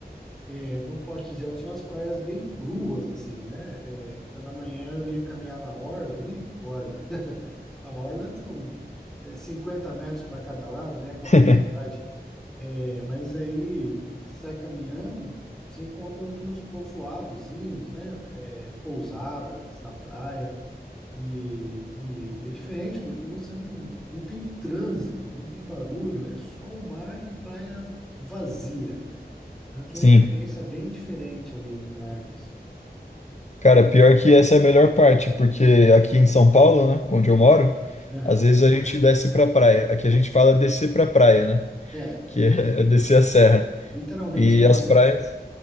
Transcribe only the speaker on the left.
<laughs>
Sim.
Cara, pior que essa é a melhor parte, porque aqui em São Paulo, né, onde eu moro,
às vezes a gente desce pra praia. Aqui a gente fala descer pra praia, né?
Que é, é Uhum. descer a serra.
E
as praias,